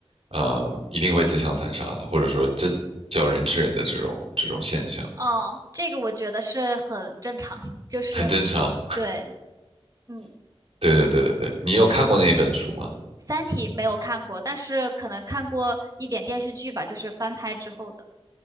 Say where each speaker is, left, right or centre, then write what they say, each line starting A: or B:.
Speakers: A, on the right; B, on the right.
A: 嗯，一定会自相残杀的，或者说这叫人吃人的这种这种现象，
B: 哦，这个我觉得是很正常，<laughs> 就是
A: 很正常。
B: 对，嗯，
A: 对对对对对，你有看过那一本书吗？
B: 《三体》没有看过，但是可能看过一点电视剧吧，就是翻拍之后的。